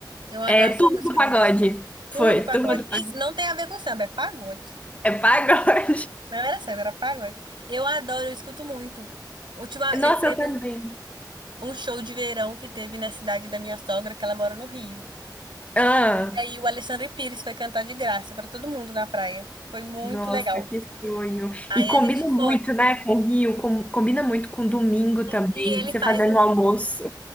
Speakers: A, on the right; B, on the left.
A: Eu adoro
B: É
A: essa
B: Turma
A: música
B: do Pagode.
A: deles. Turma
B: Foi,
A: do Pagode.
B: Turma do
A: Isso
B: Pagode.
A: não tem a ver com samba, é pagode.
B: É pagode.
A: Não era samba, era pagode. Eu adoro, eu escuto muito. Última,
B: <laughs> Nossa,
A: teve
B: eu também.
A: um show de verão que teve na cidade da minha sogra, que ela mora no Rio.
B: Ah.
A: E aí o Alexandre Pires foi cantar de graça pra todo mundo na praia. Foi muito
B: Nossa,
A: legal.
B: que sonho.
A: Aí
B: E combina
A: a gente foi.
B: muito, né, com o Rio, com- combina muito com domingo também,
A: E ele
B: você
A: faz
B: fazendo
A: um,
B: o almoço.